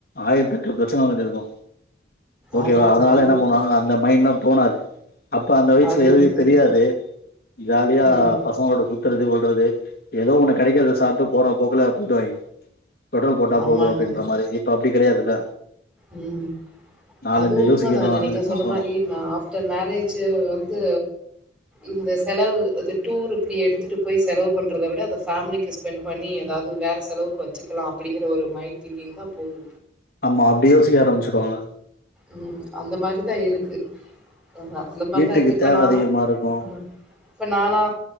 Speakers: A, on the left; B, in the centre.
A: ஆயிரத்தி எட்டு பிரச்சனை இருக்கு ஓகேவா
B: ஆமா
A: அதனால
B: அது
A: என்ன பண்ணுவாங்க அந்தம் மைன்லா போனாரு அப்ப அந்த வயசுல
B: அது
A: எதுவு
B: உண்ம.
A: தெரியாது ஜாலியா
B: ம்
A: பசங்களோட சு கறது ஓல்றது எதோ ஒன்னு கெடைக்கிறத சாப்ட்டு போற போக்குல போயிடுவாய்ங்க பெட்ரோல் போட்டா
B: ஆமாங்கா
A: போது அப்டின்ற மாரி இப்ப அப்டி கெடையாதுல்ல
B: உம்
A: நாலஞ்சு
B: அது உண்மை
A: யோசிக்கணு
B: தானே
A: நாலஞ்சு
B: நீங்க சொன்ன
A: பாக்கணு
B: மாதிரி ஆப்டர் மேரேஜ் வந்து இந்த செலவு அது டூர் இப்டி எடுத்துட்டு போய் செலவு பண்றத விட அத ஃபேமிலிக்கு ஸ்பெண்ட் பண்ணி எதாவ்து வேற செலவுக்கு வச்சுக்கலா அப்பிடிங்கிற ஒரு மைண்ட் திங்கிங் தா போகூ
A: ஆமா அப்டி யோசிக்க ஆரம்ப்சிடுவாங்க
B: ம் அந்த மாரிதா இருக்கு அஹ அந்த மாரிதா
A: வீட்டுக்கு
B: இருக்கு இப்ப
A: தேவ
B: நா
A: அதிகமா இருக்கு
B: ம் இப்ப நாலா